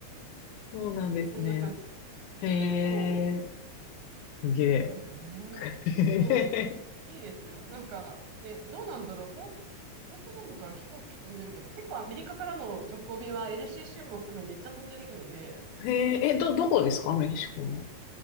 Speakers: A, on the left; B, on the right.
A: そうなんですね。
B: ほんとそんな感じ。
A: え
B: そう。
A: えすげえ。
B: なんかね、
A: <laughs>
B: そう、いいですよ。なんか、ね、どうなんだろう、ポ、ポートランドから飛行機飛んでるかな。結構アメリカからの直行便は LCC も含めめっちゃ飛んでるので、
A: えええ、ど、どこですかメキシコの。